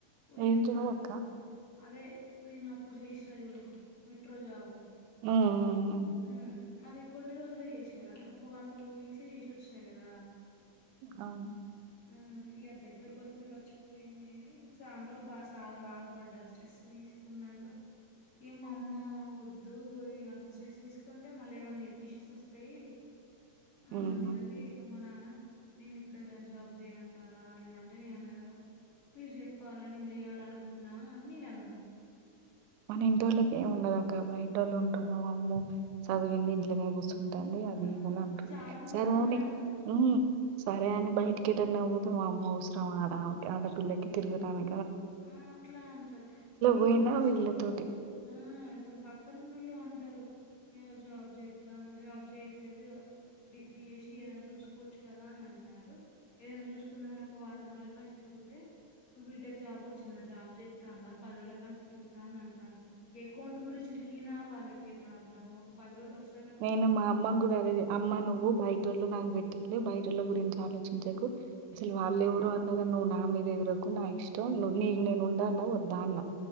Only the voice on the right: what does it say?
ఏం జాబ్ అక్క
హ్మ్ హ్మ్ హ్మ్
అవు
హ్మ్.
మన ఇంటోళ్ళకి ఏమి ఉండదు అక్క బయట ఒళ్ళు ఉంటుంది వామ్మో సదివింది ఇంట్లనే కూసుంది తోంది
అది <unintelligible>
సరే
పోనీ
హ్మ్ సరే అని బయటికి ఎటన్నా వోతే వామ్మో అవసరమా ఆడ ఆడపిల్లకి తిరుగుటాని
పోయినా
వీళ్ళతోటి
నేను మా అమ్మ గుడా అదే అమ్మ నువ్వు బయటోళ్ళు నాకు పెట్ టెట్లే బైటోళ్ళ గురించి ఆలోచించకు అసలు వాళ్ళెవరో అన్నారని నువ్వు నా మీదెగరకు నా ఇష్టం నువ్ నీకు నేనుండాలా వద్దా అన్న